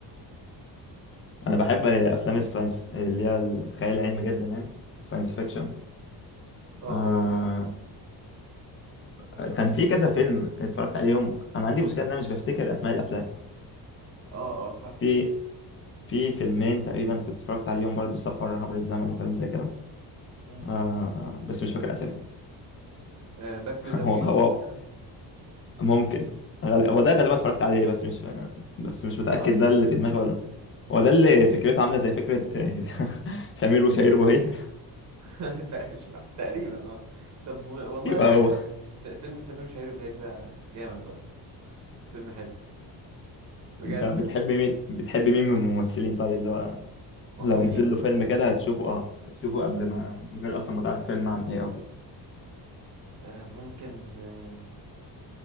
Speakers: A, on the left; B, on the right.
A: أنا بحب آه، أفلام الساينس آه، اللي هي الخيال العلمي جدا يعني ساينس فيكشن
B: اه
A: آه كان في كذا فيلم اتفرجت عليهم أنا عندي مشكلة إن أنا مش بفتكر أسماء الأفلام
B: اه اه فاهم
A: في في فيلمين تقريبا كنت اتفرجت عليهم برضو سفر عبر الزمن وكلام زي كده
B: امم
A: آه آه، بس مش فاكر اسامي
B: باك تو
A: <laughs>
B: ذا
A: هو
B: فيوتشر
A: هو
B: مثلا
A: ممكن غال- هو ده غالبا اتفرجت عليه بس مش بس مش متأكد
B: اه
A: ده اللي
B: <laughs>
A: في دماغي ولا لأ. هو ده اللي فكرته عاملة زي فكرة <laughs> سمير وشهير وبهير
B: آه. تق- مش فاهم. تقريبا اه طب و- والله
A: <laughs> يبقى
B: شا...
A: هو
B: آه، فيلم سمير وشهير وبهير ده جامد بقى فيلم حلو بجد
A: انت بتحب
B: فيلم حلو.
A: مين بتحب مين من الممثلين طيب اللي هو
B: مصريين
A: لو نزل له فيلم كده هتشوفه اه هتشوفه قبل ما من غير اصلا ما تعرف فيلم عن ايه او كده
B: آه ممكن آه